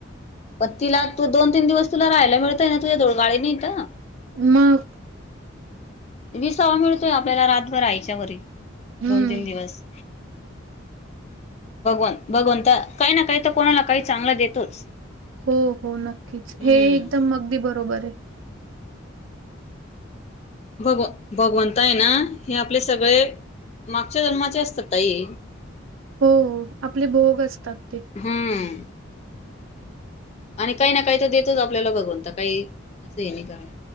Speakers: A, on the left (about 35°); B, on the right (about 80°).
A: प तिला तू दोन-तीन दिवस तुला राहायला मिळतंय ना तुझ्याजवळ गाडी नाही तर.
B: मग
A: विसावा मिळतोय आपल्याला रातभर आयच्या घरी
B: हं.
A: दोन- तीन दिवस. भगवत, भगवंत काही ना काही तर कोणाला काही चांगला देतोच.
B: हो हो नक्कीचं
A: हम्म
B: हे एकदंम अगदीं बरोबर आहे
A: भगवं भगवंत आहे नां हे आपले सगळें मागच्या जन्मांचे असतां ताई
B: हो आपले भोग असतांत ते
A: हम्मं आणि कांहीं नां कांहीं तरं देतोच भगवंता आपल्यांला बघूंन तरं कांहीं असं आहे नाहीं कायं